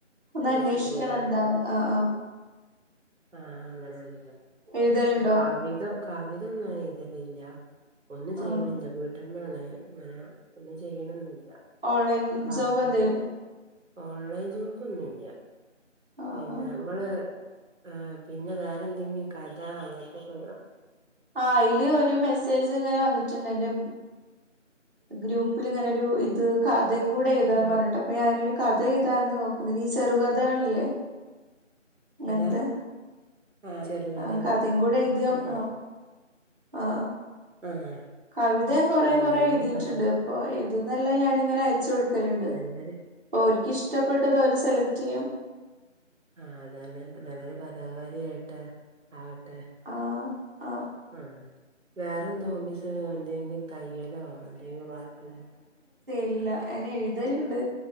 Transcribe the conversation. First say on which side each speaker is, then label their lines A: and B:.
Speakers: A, on the right; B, on the right.
A: ഒന്ന്ന്വേഷിക്കണം
B: ചോദിച്ചിട്ടില്ലല്ലേ
A: എന്താ ആ ആ
B: ആ അങ്ങനെയാണല്ലോ
A: എഴുതലുണ്ടോ
B: കവിത കാവിതൊന്നും എയ്തലില്ല ഒന്നും ചെയ്യണില്ല
A: ആഹ്
B: വീട്ടമ്മാണ് ഇങ്ങനെ ഒന്നും ചെയ്യണെന്നില്ല
A: ഓൺലൈൻ
B: കവിത
A: ജോബ് എന്തേലും
B: ഓൺലൈൻ ജോബ് ഒന്നുമില്ല
A: ആഹ്
B: പിന്നെ
A: ആഹ്
B: ങ്ങള് ആ പിന്നെ വേറെ എന്തെങ്കിലും കഥ അങ്ങൻത്തെക്കെ
A: ആ അയ്ല് ഒരു മെസ്സേജ് ഇങ്ങനെ വന്നിട്ടുണ്ട് എന്റെ ഗ്രൂപ്പില് ഇങ്ങനെ രു ഇത് കഥിംകൂടെ എഴുതണം
B: ഉം
A: പറഞ്ഞ്ട്ട് അപ്പൊ ഞാനൊരു കഥ ഇതാന്ന് നോക്കുന്ന ഈ ചെറുകഥകള്ല്ലേ അങ്ങൻത്തെ
B: കഥ ആഹ് ചെറുകഥകള്
A: അ കഥിയും കൂടെ എഴുതി നോക്കണം.
B: ആഹ് ആഹ്
A: അ ആ
B: ആഹ്
A: കവിതയും കൊറെ
B: ആഹ്
A: കൊറെ
B: നല്ലൊരു
A: എഴുതിട്ടുണ്ട്.
B: കഥ
A: അപ്പൊ എഴുതുന്നെല്ലാം ഞാനിങ്ങനെ. ച്ച് കൊടുക്കലുണ്ട്
B: നല്ലൊരു
A: ഓല്ക്ക് ഇഷ്ടപ്പെട്ടത് ഓല് സെലക്ട് ചെയ്യും.
B: ആ അതന്നെ നല്ലൊരു കഥാകാരിയായിട്ടെ ആകട്ടെ.
A: ആ ആ
B: ആ വേറെന്ത ഹോബീസ് എന്തെങ്കിലും. തയ്യല്ലോ എന്തെങ്കിലും വർക്ക്
A: ല്ല ഞാൻ എഴുതലുണ്ട്